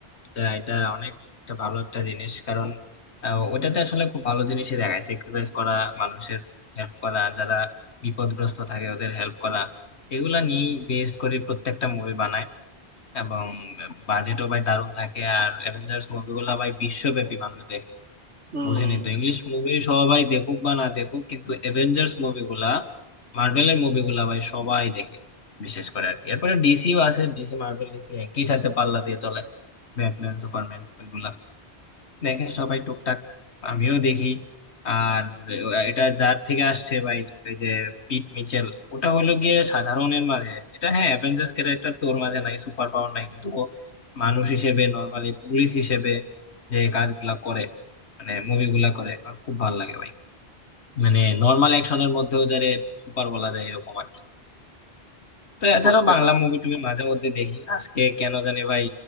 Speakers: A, on the left; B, on the right.
A: তা এটা অনেক একটা ভালো একটা জিনিস কারণ আহ, ওইটাতে আসলে খুব ভালো জিনিসই দেখায় স্যাক্রিফাইস করা মানুষের হেল্প করা যারা বিপদগ্রস্ত থাকে ওদের হেল্প করা এগুলা নিয়েই বেস্ট করে প্রত্যেকটা মুভি বানায় এবং বাজেটও ভাই দারুণ থাকে আর অ্যাভেঞ্জার্স মুভিগুলা ভাই বিশ্বব্যাপী মানুষ দেখে
B: হম
A: বুঝিনি তো ইংলিশ মুভি সবাই দেখুক বা না দেখুক কিন্তু অ্যাভেঞ্জার্স মুভিগুলা মার্ভেলের মুভিগুলা ভাই সবাই দেখে বিশেষ করে আর কি এরপরে ডিসিও আছে ডিসি মার্ভেল ডিসি একই সাথে পাল্লা দিয়ে চলে ব্যাটম্যান সুপারম্যান ওইগুলা দেখে সবাই টুকটাক আমিও দেখি আর এটা যার থেকে আসছে ভাই ওই যে পিট মিচেল ওটা হলো গিয়ে সাধারণের মাঝে এটা হ্যাঁ অ্যাভেঞ্জার্স ক্যারেক্টার তোর মাঝে নাই সুপার পাওয়ার নাই কিন্তু ও মানুষ হিসেবে নর্মালি পুলিশ হিসেবে যে কাজগুলা করে মানে মুভিগুলা করে আমার খুব ভালো লাগে ভাই মানে নর্মাল অ্যাকশনের মধ্যেও যারে সুপার বলা যায় এরকম আর কি। তো এছাড়াও
B: বুঝতে
A: বাংলা
B: পারি
A: মুভি টুভি মাঝে মধ্যে দেখি আজকে কেন জানি ভাই